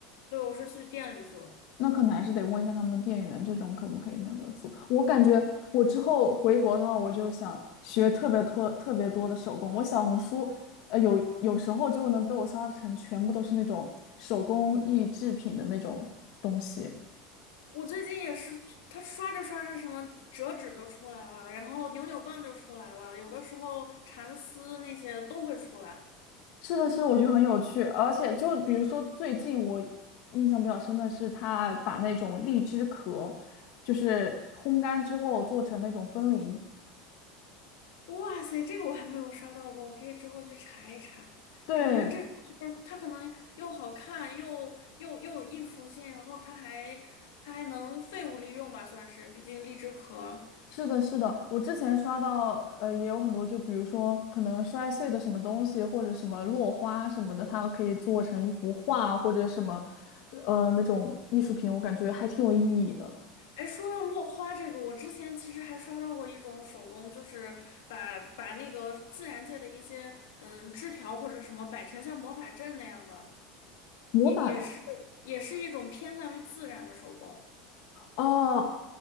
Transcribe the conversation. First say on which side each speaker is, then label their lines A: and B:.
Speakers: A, on the left; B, on the left.
A: 对，我是去店里做的。
B: 那可能还是得问一下他们店员，这种可不可以那个做？我感觉我之后回国的话，我就想学特别多、特别多的手工。我小红书，呃，有有时候就能被我刷成全部都是那种手工艺制品的那种东西。
A: 我最近也是，它刷着刷着什么折纸就出来了，然后扭扭棒就出来了，有的时候蚕丝那些都会出来。
B: 是的，是的，我觉得很有趣。而且就比如说最近我印象比较深的是，他把那种荔枝壳，就是烘干之后做成那种风铃。
A: 哇塞，这个我还没有刷到过，我可以之后去查一查。
B: 对，
A: 感觉这种就是它可能又好看，又又又有艺术性，然后它还它还能废物利用吧，算是，毕竟荔枝壳。
B: 是的，是的，我之前刷到，呃，也有很多，就比如说可能摔碎的什么东西，或者什么落花什么的，它可以做成一幅画，或者什么，呃，那种艺术品，我感觉还挺有意义的。
A: 哎，说到落花这个，我之前其实还刷到过一种手工，就是把把那个自然界的一些嗯枝条或者什么摆成像魔法阵那样的，
B: 魔法
A: 也也是也是一种偏向于自然的手工。
B: 哦，